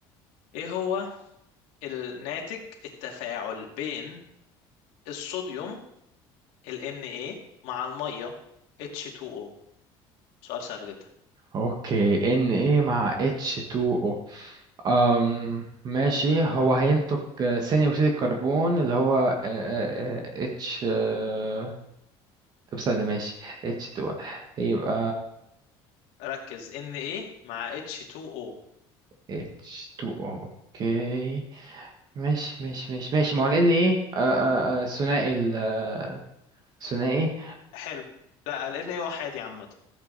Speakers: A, on the left; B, on the right.
A: ايه هو الناتج التفاعل بين الصوديوم ال Na مع الميه H2O سؤال سهل جدا
B: اوكي ان ايه مع اتش 2 او أم ماشي هو هينتج آه، ثاني اكسيد الكربون اللي هو آه، آه، آه، اتش آه، طب استنى ماشي اتش 2 او يبقى
A: ركز Na مع H2O
B: اتش 2 او اوكي ماشي ماشي ماشي ماشي ما هو لان ايه آه، آه، آه، ثنائي ال- آه، ثنائي
A: حلو لا ال Na وحيد يا عم